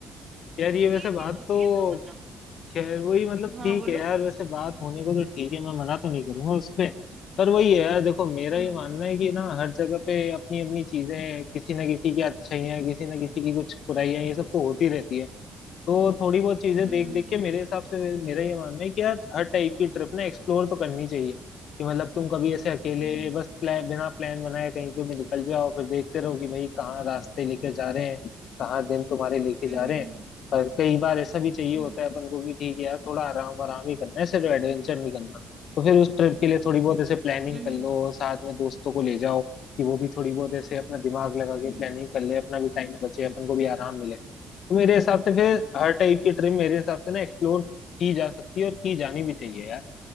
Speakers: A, on the left; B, on the right.
A: यार
B: तो
A: ये
B: ये
A: वैसे बात
B: चीज होती
A: तो
B: है जो मतलब
A: खैर वही मतलब
B: हाँ
A: ठीक
B: बोलो
A: है यार वैसे बात होने को तो ठीक है मैं मना तो नहीं करूंगा उस पे पर वही है यार देखो मेरा
B: हम्म
A: ये मानना है कि ना हर जगह पे अपनी अपनी चीजें किसी ना किसी की अच्छाई है किसी ना किसी की कुछ बुराइयां ये सब तो होती रहती है तो थोड़ी बहुत चीजें
B: हम्म
A: देख
B: हम्म
A: देख के मेरे हिसाब से मे- मेरा ये मानना है कि यार हर टाइप की ट्रिप ना एक्सप्लोर तो करनी चाहिए कि मतलब तुम कभी ऐसे अकेले
B: हम्म
A: बस प्लान बिना प्लान बनाए कहीं पे भी निकल जाओ फिर देखते रहो कि भाई कहाँ रास्ते लेके जा रहे हैं कहाँ दिन तुम्हारे लेके
B: हम्म
A: जा रहे
B: हम्म हम्म
A: हैं
B: हम्म,
A: और कई बार ऐसा भी चाहिए
B: हम्म,
A: होता
B: हम्म।
A: है अपन को कि ठीक है यार थोड़ा आराम आराम ही करना है सिर्फ एडवेंचर नहीं करना तो फिर उस ट्रिप के लिए थोड़ी बहुत ऐसे प्लानिंग
B: हम्म
A: कर
B: हम्म,
A: लो साथ में दोस्तों को ले जाओ कि वो भी थोड़ी बहुत ऐसे अपना दिमाग लगा के
B: हम्म,
A: प्लानिंग कर ले अपना भी टाइम बचे अपन को भी आराम मिले तो मेरे हिसाब से फिर हर टाइप की ट्रिम मेरे हिसाब से ना एक्सप्लोर की जा सकती है और की जानी भी चाहिए यार